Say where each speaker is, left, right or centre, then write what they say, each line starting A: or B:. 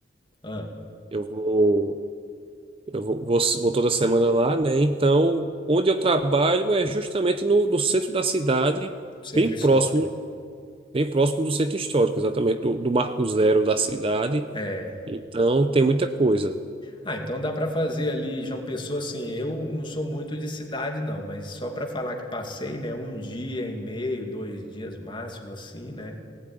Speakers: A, on the left (about 25°); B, on the right (about 30°).
A: Ah,
B: Eu vou, eu vou, vou, vou toda semana lá, né? Então, onde eu trabalho é justamente no, no centro da cidade,
A: centro
B: bem
A: histórico.
B: próximo, bem próximo do centro histórico, exatamente do, do Marco Zero da cidade.
A: É.
B: Então, tem muita coisa.
A: Ah, então dá para fazer ali João Pessoa, assim, eu não sou muito de cidade não, mas só para falar que passei, né, um dia e meio, dois dias máximo assim, né?